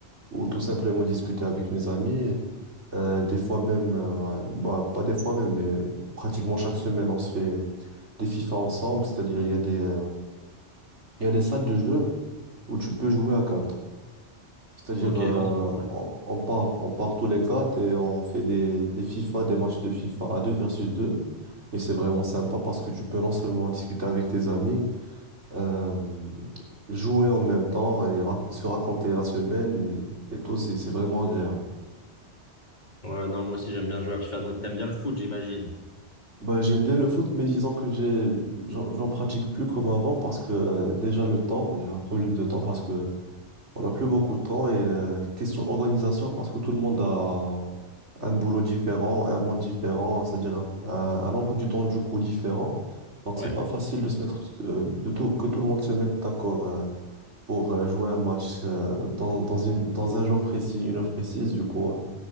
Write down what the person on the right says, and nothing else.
ou tout simplement discuter avec mes amis. Euh, des fois même, euh, ouais, bah, pas des fois même, mais euh, pratiquement chaque semaine, on se fait des FIFA ensemble. C'est-à-dire, il y a des, euh, il y a des salles de jeu où tu peux jouer à quatre. C'est-à-dire,
euh,
on, on part, on part tous les quatre et on fait des, des FIFA, des matchs de FIFA à deux versus deux. Et c'est vraiment sympa parce que tu peux non seulement discuter avec tes amis, euh, jouer en même temps et ra- se raconter la semaine et tout, c'est c'est vraiment agréable.
Bah, j'aime bien le foot, mais disons que j'ai, j'en j'en pratique plus comme avant parce que euh, déjà le temps, il y a un problème de temps parce que on n'a plus beaucoup de temps et euh, question organisation parce que tout le monde a un boulot différent, un monde différent, c'est-à-dire un, un, un emploi du temps du coup différent. Donc
c'est pas facile de se mettre, euh, de tout, que tout le monde se mette d'accord euh, pour euh, jouer un match euh, dans, dans une, dans un jour précis, une heure précise. Du coup,